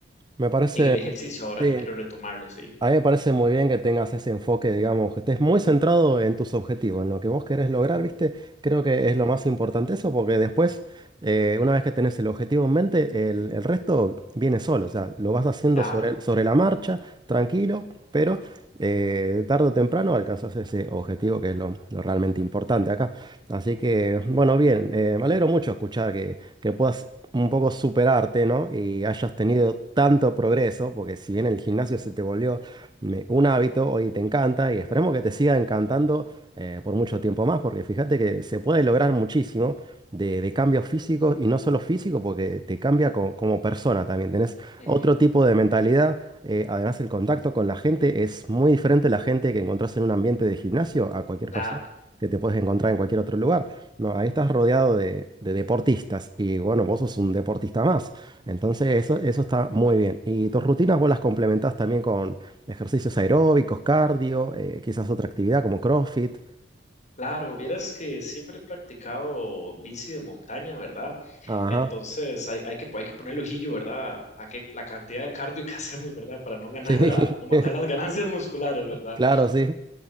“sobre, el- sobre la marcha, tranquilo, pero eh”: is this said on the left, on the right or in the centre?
Right